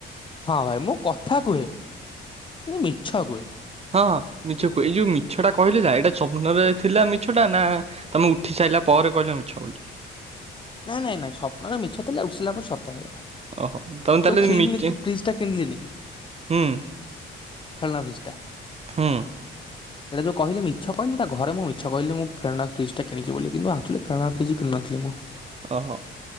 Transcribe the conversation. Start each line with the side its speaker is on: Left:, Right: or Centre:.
Left: ହଁ ଭାଇ ମୁଁ କଥା କୁହେ କିନ୍ତୁ ମିଛ କୁହେ।
Right: ଏଇ ଯୋଉ ମିଛ ଟା କହିଲେ ଯା ଏଇଟା ସ୍ୱପନରେ ଥିଲା ମିଛଟା ନା ତମେ ଉଠି ସାରିଲା ପରେ କହିଲ ମିଛ ବୋଲି।
Left: ନାଇଁ ନାଇଁ ନାଇଁ ସପନରେ ମିଛ ଥିଲା ଉଠିସାରିଲା ପରେ ସତ ହେଇଗଲା।
Right: ଓହୋ ତମେ ତାହେଲେ
Left: ଯୋଉ ଖେଳିନିଲି
Right: ମିଛ
Left: ଫ୍ରିଜ୍ ଟା କିଣିଲି ନି
Right: ହୁଁ
Left: ଖେଳନା ଫ୍ରିଜ୍ ଟା।
Right: ହୁଁ
Left: ହେଡା ଯୋଉ କହିଲି ମିଛ କହିଲି। ଘରେ ମୁଁ ମିଛ କହିଲିନି କି ଖେଳନା ଫ୍ରିଜ୍ ଟା କିଣିଚି ବୋଲି କିନ୍ତୁ ଅକ୍ଚୁଆଲି ଖେଳନା ଫ୍ରଜ୍ ନ ଥିଲି।
Right: ଅ ହୋ।